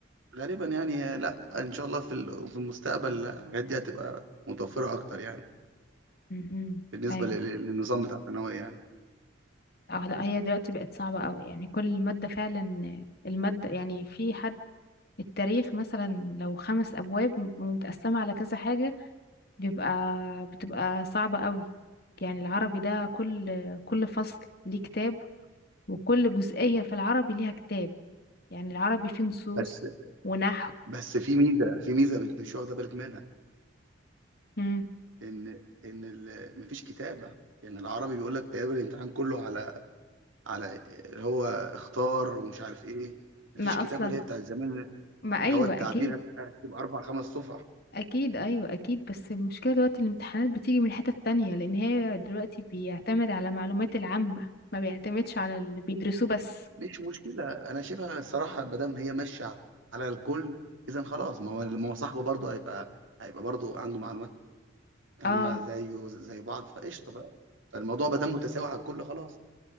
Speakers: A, on the right; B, on the left.
A: غالبا يعني لا ان شاء الله في ال- في المستقبل الحاجات دي هتبقى متوفره اكتر يعني
B: امم
A: بالنسبه
B: ايوه
A: لل- للنظام بتاع الثانويه يعني
B: اه لا هي دلوقتي بقت صعبة قوي يعني كل مادة فعلا المادة يعني في حد التاريخ مثلا لو خمس ابواب ومتقسمة على كذا حاجة بيبقى بتبقى صعبة قوي يعني العربي ده كل كل فصل ليه كتاب وكل جزئية في العربي ليها كتاب يعني العربي فيه نصوص
A: بس
B: ونحو
A: بس في ميزه في ميزه مش واخده بالك منها
B: مم.
A: ان ان ال- مفيش كتابه يعني العربي بيقول لك تقريبا الامتحان كله على على اللي هو اختار ومش عارف ايه مفيش
B: ما أصلا
A: كتابه اللي هي بتاعت زمان
B: ما أيوة
A: اللي هو التعبير
B: أكيد
A: هت- هتبقى اربع خمس صفح
B: أكيد أيوة أكيد بس المشكلة دلوقتي الامتحانات بتيجي من حتة تانية لأن هي دلوقتي بيعتمد على معلومات العامة ما بيعتمدش على اللي بيدرسوه بس
A: مش مشكلة أنا شايفها الصراحة ما دام هي ماشية على الكل إذا خلاص ما هو ما هو صاحبه برضه هيبقى هيبقى برضه عنده معلومات عامة
B: اه
A: زيه زي بعض فقشطة ف- فالموضوع ما دام متساوي على الكل خلاص